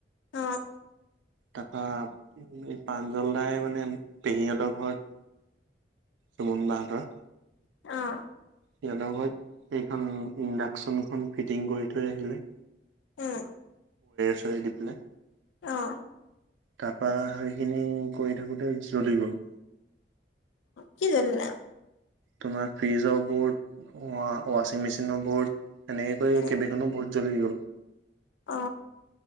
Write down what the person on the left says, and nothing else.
অ',
অ',
উম,
অ',
কি জলিলে।
উম
অ